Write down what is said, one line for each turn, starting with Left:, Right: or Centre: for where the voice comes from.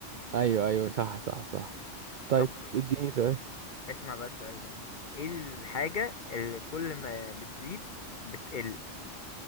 Right: ايوه ايوه صح صح صح طيب
Left: طب
Right: اديني سؤال
Left: اسمع بقى السؤال ده ايه الحاجة اللي كل ما بتزيد بتقل